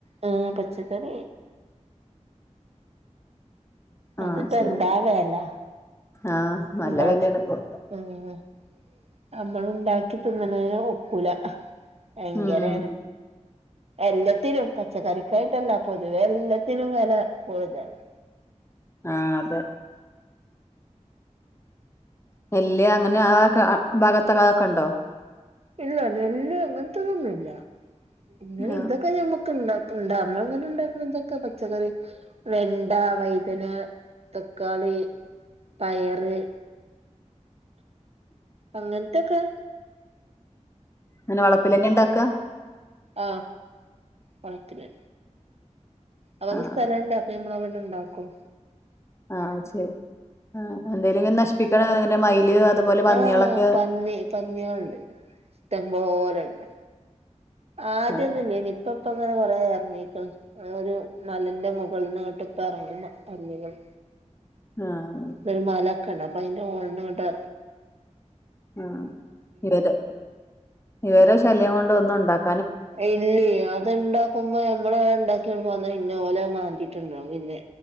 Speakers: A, on the right; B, on the left.
A: ആ പച്ചക്കറി
B: ആ
A: അതിപ്പോ
B: ശരി
A: എന്താ വെല
B: ആ നല്ല
A: ഉണ്ടാ
B: വെലയാണ് ഇപ്പൊ
A: ഉം നമ്മൾ ഉണ്ടാക്കി തിന്നണതിന് ഒക്കൂല ഭയങ്കരാണ്
B: ഉം
A: എല്ലാത്തിനും പച്ചക്കറിക്കായിട്ടല്ല പൊതുവെ എല്ലാത്തിനും വെല കൂടുതലാ
B: ആ അത് നെല്ല് അങ്ങനെ അ ക്ക ആഭാഗത്തക്കെ അതൊക്കെ ഒണ്ടോ
A: ഇല്ല. നെല്ല് അങ്ങനത്തെ ഒന്നും മില്ല പിന്നെ
B: ആ
A: ഇതൊക്കെ ഞമ്മ ക്കെ ഇണ്ടാക്കുണ്ട് നമ്മങ്ങനെ ഉണ്ടാകുന്നതൊക്കെ പച്ചക്കറി വെണ്ട വൈതന തക്കാളി പയറ്
B: <inaudible>
A: അങ്ങനത്തൊക്കെ
B: അങ്ങനെ വളപ്പില്തന്നെ ഇണ്ടാക്കാ
A: ആ വളപ്പിന് അവക്ക്
B: ആ ആ
A: സ്ഥലോണ്ട് അപ്പൊ നമ്മളിങ്ങനെ ഇണ്ടാക്കും
B: ആ ചെ ആ എന്തേലിങ്ങനെ നശിപ്പിക്കണ അങ്ങനെ മയില് അതുപോലെ പന്നികളൊക്കെ
A: ആ പന്നി. പന്നിയോളുണ്ട് ഇഷ്ടംപോലെ ഒണ്ട് ആദ്യൊന്നുംഇല്ലെനി
B: അതെ
A: ഇപ്പ ഇപ്പം അങ്ങനെ കൊറേ ഇറങ്ങീക്കണ് ഒരു മലേന്റെ മുകളിനിങ്ങോട്ട് ഇപ്പ എറങ്ങും പ പന്നികള്
B: ആഹ
A: ഒരു മലൊക്കെ ഒണ്ട് അപ്പൊ അതിന്റെ മോളീന്നിങ്ങട്ട്.
B: ഉം ഇതൊരു ഇവരെ ശല്യം കൊണ്ടൊന്നു ഉണ്ടാക്ക
A: ഇല്ലെ അത് ഇണ്ടാക്കുമ്പോ. നമ്മള് ഉണ്ടാക്കി വരുമ്പോ അന്നാ ഇന്നപോലെ മാന്തിയിട്ടുണ്ടാവും പിന്നെ